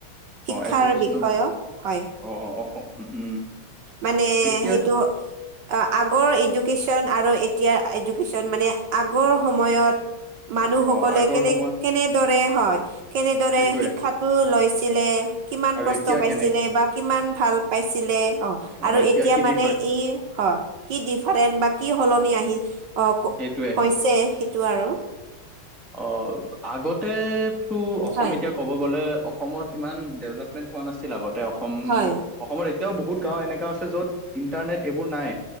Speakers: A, on the right; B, in the centre.
A: শিক্ষাৰ
B: এডুকেশ্যনৰ
A: বিষয় হয়
B: অ অ অসম উম
A: মানে
B: এতিয়া
A: সেইটো আগৰ এডুকেশ্যন আৰু এতিয়া এডুকেশ্যন মানে আগৰ সময়ত মানুহসকলে
B: অ আগৰ
A: কেনে
B: সময়ত
A: কেনেদৰে হয় কেনেদৰে
B: সেইটোৱে
A: শিক্ষাটো লৈছিলে কিমান
B: আৰু
A: কষ্ট
B: এতিয়া
A: পাইছিলে
B: কেনে
A: বা কিমান ভাল পাইছিলে অ আৰু
B: অ
A: এতিয়া
B: কি
A: মানে
B: ডিফাৰেন্স
A: ই হয় কি ডিফাৰেন্ট বা কি সলনি আহি অ
B: এইটোৱে
A: হৈছে সেইটো আৰু
B: অ আগতেতো অসম
A: হয়
B: এতিয়া ক'ব গ'লে অসমত ইমান ডেভলপ মেন হোৱা নাছিল আগতে অসম
A: হয়
B: অসমত এতিয়াও বহুত গাওঁ এনেকা আছে য'ত ইণ্টাৰনেট এইবোৰ নাই